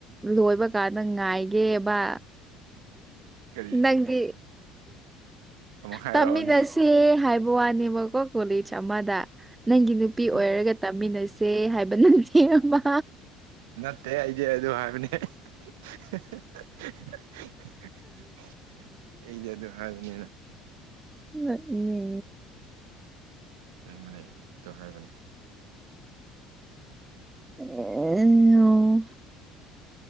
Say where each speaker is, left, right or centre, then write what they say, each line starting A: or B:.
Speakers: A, on the right (about 15°); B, on the right (about 70°).
A: ꯂꯣꯏꯕꯀꯥꯟꯗ ꯉꯥꯏꯒꯦꯕ
B: ꯀꯔꯤ
A: ꯅꯪꯒꯤ
B: ꯑꯃꯨꯛ ꯍꯥꯏꯔꯛꯑꯣꯅꯦ
A: ꯇꯝꯃꯤꯟꯅꯁꯦ ꯍꯥꯏ ꯋꯥꯅꯦꯕꯀꯣ ꯀꯣꯂꯦꯖ ꯑꯃꯗ ꯅꯪꯒꯤ ꯅꯨꯄꯤ ꯑꯣꯏꯔꯒ
B: ꯎꯝ
A: ꯇꯝꯃꯤꯟꯅꯁꯦ ꯍꯥꯏꯕ ꯅꯪ ꯍꯦꯕ
B: ꯅꯠꯇꯦ ꯑꯩꯗꯤ ꯑꯗꯨ ꯍꯥꯏꯕꯅꯦ ꯑꯩꯗꯤ ꯑꯗꯨꯝ ꯍꯥꯏꯕꯅꯤꯅ
A: ꯅꯠꯅꯦ
B: ꯁꯦꯡꯕꯅꯦ ꯑꯗꯨ ꯍꯥꯏꯕꯅꯦ
A: <unintelligible>